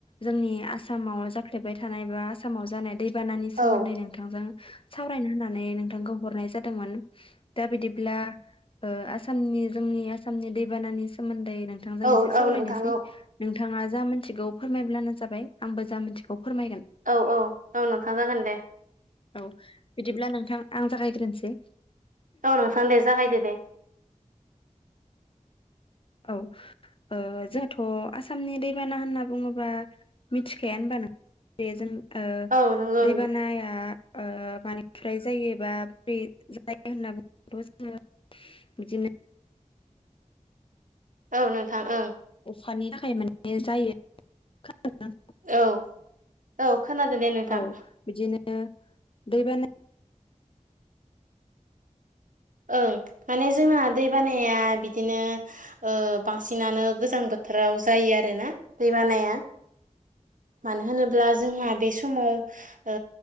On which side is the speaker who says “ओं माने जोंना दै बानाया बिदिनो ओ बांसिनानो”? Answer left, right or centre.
Right